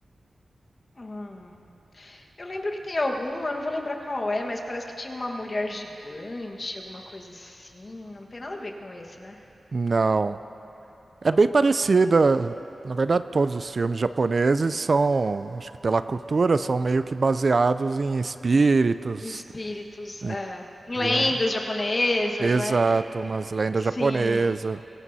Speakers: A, on the left; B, on the right.
A: Hum. Eu lembro que tem algum, eu não vou lembrar qual é, mas parece que tinha uma mulher gigante, alguma coisa assim. Não tem nada a ver com esse, né?
B: Não. É
A: Não.
B: bem parecida. Na verdade, todos os filmes japoneses são, acho que pela cultura, são meio que baseados em espíritos,
A: espíritos
B: em-
A: é, em
B: em
A: lendas
B: um-
A: japonesas,
B: exato,
A: né?
B: umas lendas
A: Sim,
B: japonesas.